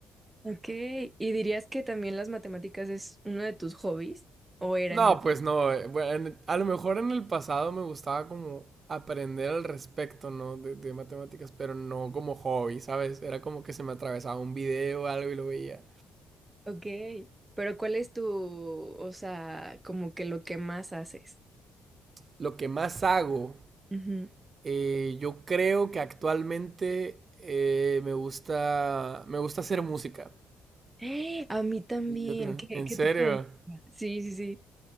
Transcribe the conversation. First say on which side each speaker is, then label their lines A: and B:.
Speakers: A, on the right; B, on the right.
A: Ok, ¿y dirías que también las matemáticas es uno de tus hobbies o era
B: No,
A: en el pasado?
B: pues no, eh, bueno, en- a lo mejor en el pasado me gustaba como aprender al respecto, ¿no? De, de matemáticas, pero no como hobby, ¿sabes? Era como que se me atravesaba un video o algo y lo veía.
A: Ok, pero ¿cuál es tu, o sea, como que lo que más haces?
B: Lo que más hago
A: Ujú.
B: Eh, yo creo que actualmente eh, me gusta, me gusta hacer música.
A: <gasps> ¡Eh! A mí también,
B: Y Yo creo,
A: ¿qué,
B: en
A: qué
B: serio.
A: tipo de música? Sí, sí, sí.